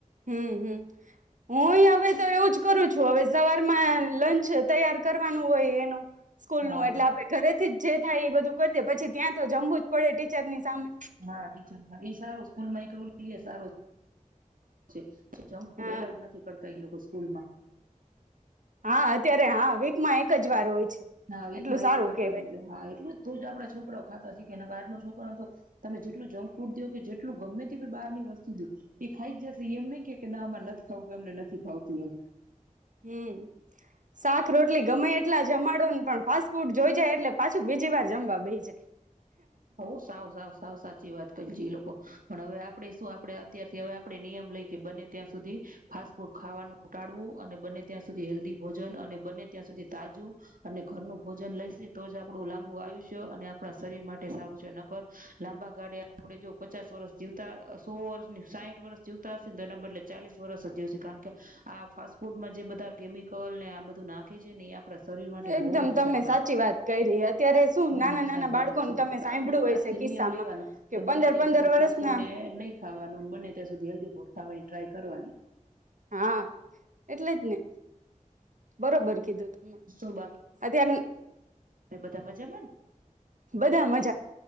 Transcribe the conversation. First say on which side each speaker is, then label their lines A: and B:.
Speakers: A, on the right; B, on the right.
A: હમ હ, હું હવે તો એવું જ કરું છું હવે સવારે લંચ તૈયાર કરવાનું હોય એનું સ્કૂલ
B: હા
A: નું એટલે આપડે ઘરેથી જ જે થાય એ બધું કરી દે પછી ત્યાં તો જમવું જ પડે ટીચરની સામે.
B: હા ટીચર એ સારું સ્કૂલમાં એક કરું સારું છે, જે જંક ફૂડ
A: હા
B: એલાઉડ નથી કરતા એ લોકો. લોકો સ્કૂલમાં.
A: હા અત્યારે હા વીક માં એક જ વાર હોય છે.
B: હા વીકમાં
A: એટલું સારું
B: એક વાર તમે
A: કેવાય
B: જો હા એટલું થું જ આપડા છોકરા ખા કાર ન છોકરો તો, તમે જેટલું જંક ફૂડ દો કે જેટલું ગમે તે બહારની વસ્તુ દ એ ખાઈ જશે એમ ને કે ના આમાં નથી ખાવું કે એમને નથી ખાવતું એમ.
A: હમ્મ, શાક રોટલી ગમે એટલા જમાડો ને પણ ફાસ્ટ ફૂડ જોઈ જાય એટલે પાછું બીજી વાર જમવા બેહી જાય.
B: હો સાવ સાવ સાવ સાચી વાત કર જીલો કો પણ હવે આપડે શું આપડે અત્યારથી હવે આપડે નિયમ લઈ કે બને ત્યાં સુધી ફાસ્ટ ફૂડ ખાવાનું ટાળવું અને બને ત્યાં સુધી હેલ્ધી ભોજન અને બને ત્યાં સુધી તાજું અને ઘરનું ભોજન લઈશે તો જ આપડું લાંબુ આયુષ્ય અને આપડા શરીર મા ટે સારું છે. નકર લાંબા ગાળે આપડે જો પચાસ વર્ષ જીવતા સો વર્ષની સાહીઠ વર્ષ જીવતા હશેને તો એના બદલે ચાલીસ વર્ષ જ જીવશે કારણ કે આ ફાસ્ટ ફૂડમાં જે બધા કેમિકલ ને આ બધું નાખે છે ને એ આપડા શરીર માટે
A: એકદમ
B: બહુ નુકસાનકારક
A: તમે સાચી
B: છે,
A: વાત કરી અત્યારે શું
B: બહુ
A: નાના
B: નુકસાનકારક
A: નાના બાળકોને
B: છે.
A: તમે સાંભળ્યું
B: આપડે આજથી
A: હશે કિસ્સામાં
B: નિયમ લેવાનું કે બને
A: પંદર
B: ત્યાં
A: પંદર
B: સુધી
A: વર્ષના
B: ફાસ્ટ ફૂડ ને નહી ખાવાનું બને ત્યાં સુધી હેલ્ધી ફૂડ ખાવાની ટ્રાય કરવાની.
A: હા, એટલે જ ને બરોબર કીધું તમે
B: શું
A: અત્યાર ની
B: તે મજામાન.
A: બધા મજ